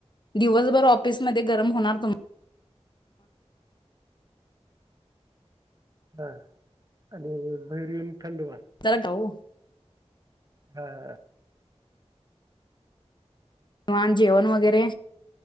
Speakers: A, on the left (about 45°); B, on the right (about 35°).
A: दिवसभर ऑफिसमध्ये गरम होणार तुम
B: हा आणि भैर येऊन थंड व्हा.
A: तर का वो?
B: हा हा.
A: निवान जेवण वगैरे?